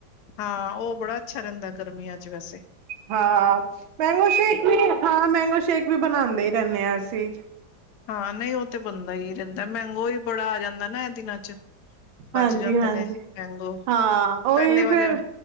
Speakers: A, on the left; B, on the right.
A: ਹਾਂ। ਉਹ ਬੜਾ ਅੱਛਾ ਰਹਿੰਦਾ ਗਰਮੀਆਂ ਚ' ਵੈਸੇ।
B: ਹਾਂ। ਮੈਂਗੋ ਸ਼ੇਕ ਵੀ ਹਾਂ, ਮੈਂਗੋ ਸ਼ੇਕ ਵੀ ਬਣਾਉਂਦੇ ਹੀ ਰਹਿੰਦੇ ਹਾਂ ਅਸੀਂ।
A: ਹਾਂ। ਨਹੀਂ ਉਹ ਤੇ ਬੰਦਾ ਹੀ ਰਹਿੰਦਾ, ਮਹਿੰਗੋ ਹੀ ਬੜਾ ਆ ਜਾਂਦਾ ਨਾ ਇਹ ਦਿਨਾਂ ਚ' ਬਚ
B: ਹਾਂਜੀ
A: ਜਾਂਦੇ
B: ਹਾਂਜੀ
A: ਨੇ ਮੈਂਗੋ।
B: ਹਾਂ ਉਹੀ
A: ਪਹਿਲੇ ਵਾਲੇ
B: ਫਿਰ